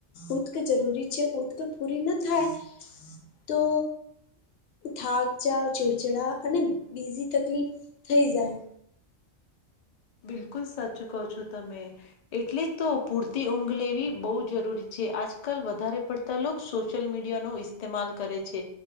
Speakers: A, on the left; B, on the left.
A: ઉત્ક જરૂરી છે ઉત્ક પૂરી ન થાય તો થાક જાવ ચીડછેડા અને બીજી તકલીફ થઈ જાય
B: બિલકુલ સાચું કહો છો તમે. એટલે તો પૂરતી ઊંઘ લેવી બહુ જરૂરી છે. આજકાલ વધારે પડ તોલોક સોશિયલ મીડિયાનો ઇસ્તેમાલ કરે છે.